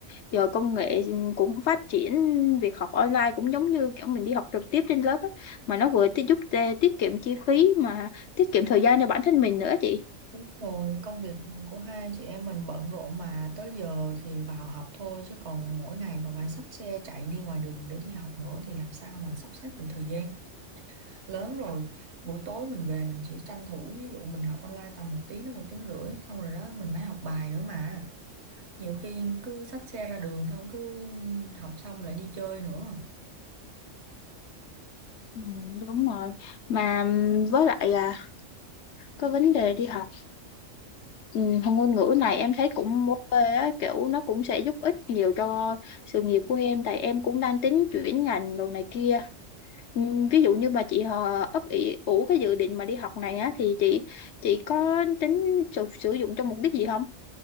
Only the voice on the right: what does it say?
Đúng rồi, công việc của hai chị em mình bận rộn mà tới giờ thì vào học thôi chứ còn mỗi ngày còn phải xách xe chạy đi ngoài đường để đi học nữa thì làm sao mà sắp xếp được thời gian. Lớn rồi, buổi tối mình về mình chỉ tranh thủ ví dụ mình học online tầm một tiếng đến một tiếng rưỡi xong rồi đó mình phải học bài nữa mà. Nhiều khi cứ xách xe ra đường xong cứ học xong lại đi chơi nữa.